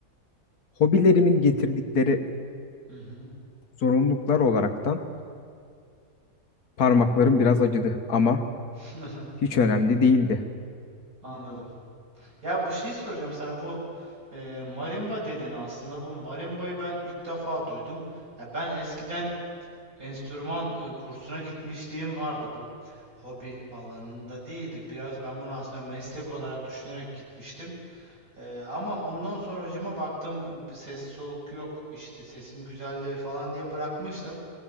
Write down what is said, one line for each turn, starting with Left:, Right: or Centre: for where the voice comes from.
Left: Hobilerimin getirdikleri
Right: Hı hı.
Left: zorunluluklar olaraktan parmaklarım biraz acıdı ama
Right: <laughs>
Left: hiç önemli değildi.
Right: Anladım. Ya bu şeyi soracağım sana bu e, marimba dedin aslında bu marimbayı ben ilk defa duydum. Ya ben eskiden enstrüman e, kursuna gitmişliğim vardı bu hobi alanında değildi. Biraz ben bunu aslında meslek olarak düşünerek gitmiştim. E, ama ondan sonracıma baktım e, ses soluk yok işte sesim güzelleri falan diye bırakmıştım.